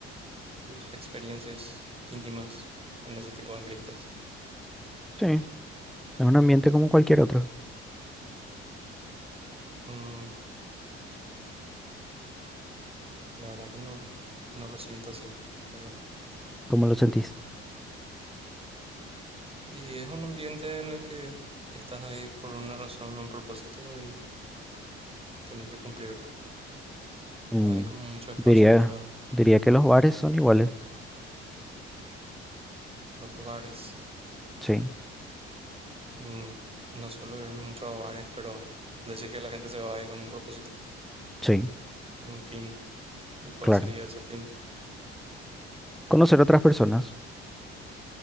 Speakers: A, on the right; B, in the centre.
A: tus experiencias íntimas en ese tipo de ambientes?
B: Sí, es un ambiente como cualquier otro.
A: Mm, la verdad que no, no lo siento así, pero...
B: ¿Cómo lo sentís?
A: Y es un ambiente en el que estás ahí por una razón, un propósito y tenés que cumplirlo.
B: Mm,
A: No hay como mucho espacio
B: diría,
A: para
B: diría que los bares son iguales.
A: los bares.
B: Sí,
A: Mm, no suelo irme mucho a bares, pero decís que la gente se va ahí con un propósito,
B: sí,
A: un fin. ¿Y cuál
B: claro.
A: sería ese fin?
B: Conocer otras personas.